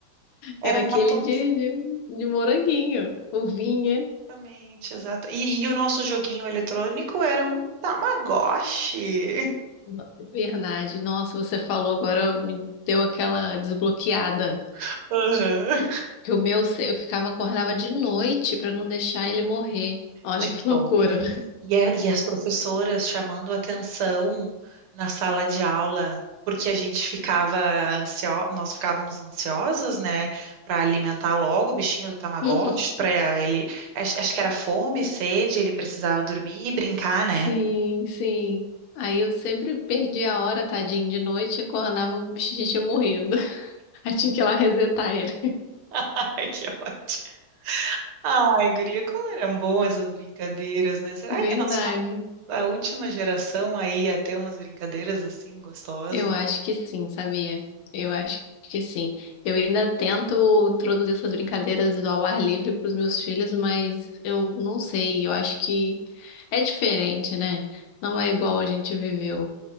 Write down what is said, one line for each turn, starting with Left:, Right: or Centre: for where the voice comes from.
Right: era
Left: Era
Right: um
Left: aquele
Right: batom.
Left: de, de, de moranguinho, o vinha.
Right: Exatamente, exato. E, e o nosso joguinho eletrônico era um Tamagotchi.
Left: No- Verdade. Nossa, você falou agora, me deu aquela desbloqueada.
Right: <laughs> Aham.
Left: Que o meu, se- eu ficava, acordava de noite pra não deixar ele morrer. Olha
Right: De
Left: que loucura.
Right: fome, né? E, a- e as professoras chamando atenção na sala de aula, porque a gente ficava ansio... nós ficávamos ansiosas, né, para alimentar logo o bichinho do Tamagotchi,
Left: <laughs>
Right: para ele, acho, acho que era fome, sede, ele precisava dormir e brincar,
Left: Sim,
Right: né?
Left: sim. Aí eu sempre perdi a hora, tadinho, de noite, acordava o bichinho tinha morrido. <laughs> Aí tinha que ir lá resetar ele.
Right: <laughs> Ai, que ótimo. Ai, guria, como eram boas essas brincadeiras, né? Será
Left: Verdade.
Right: que nós A última geração aí a ter umas brincadeiras assim gostosas.
Left: Eu acho que sim, sabia? Eu acho que sim. Eu ainda tento introduzir essas brincadeiras do ao ar livre para os meus filhos, mas eu não sei. Eu acho que é diferente, né? Não é igual a gente viveu.